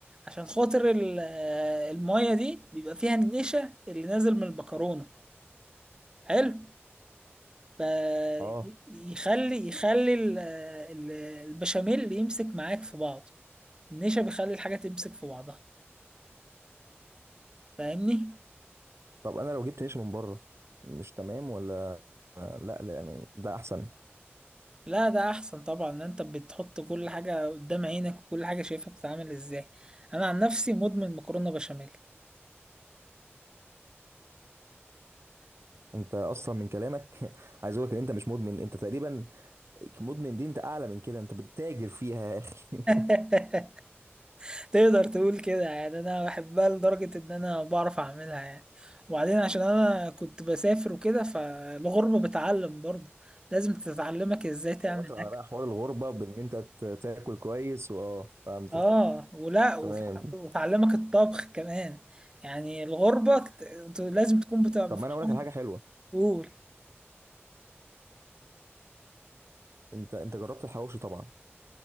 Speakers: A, on the right; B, on the right.
A: عشان خاطر ال- آه، الميه دي بيبقى فيها النشا اللي نازل من المكرونه حلو فيخلي
B: اه
A: يخلي ال- ال- البشاميل يمسك معاك في بعض النشا بيخلي الحاجة تمسك في بعضها فاهمني؟
B: طب انا لو جبت عيش من بره مش تمام ولا آه، لا لا يعني ده احسن
A: لا ده أحسن طبعا إن أنت بتحط كل حاجة قدام عينك وكل حاجة شايفها بتتعمل إزاي أنا عن نفسي مدمن مكرونة بشاميل
B: انت اصلا من كلامك <laughs> عايز اقول لك ان انت مش مدمن انت تقريبا مدمن دي انت اعلى من كده انت بتتاجر فيها يا اخي
A: <laughs>
B: <laughs>
A: تقدر تقول كده يعني أنا بحبها لدرجة إن أنا بعرف أعملها يعني وبعدين عشان أنا كنت بسافر وكده فالغربة بتعلم برضه لازم تتعلمك إزاي تعمل
B: او واخد على بقى حوار الغربه بان انت ت- تاكل كويس واه فهمتك
A: اه ولا وت-
B: تمام
A: وتعلمك الطبخ كمان يعني الغربة ت- ت- لازم تكون بتبقى
B: طب
A: مفيش
B: ما انا اقول
A: واحد
B: لك على حاجه حلوه
A: قول
B: انت انت جربت الحواوشي طبعا